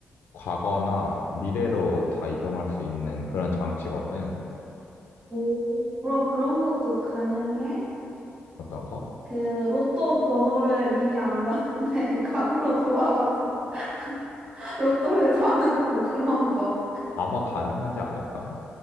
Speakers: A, on the left (about 75°); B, on the right (about 35°).
A: 과거나 미래로 다 이동할 수 있는 그런 장치거든.
B: 오, 그럼 그런 것도 가능해?
A: 어떤 거?
B: 그 로또 번호를 미리 안 다음에 <laughs> 과거로 돌아가서 <laughs> 로또를 사는 뭐 그런 거.
A: 아마 가능하지 않을까?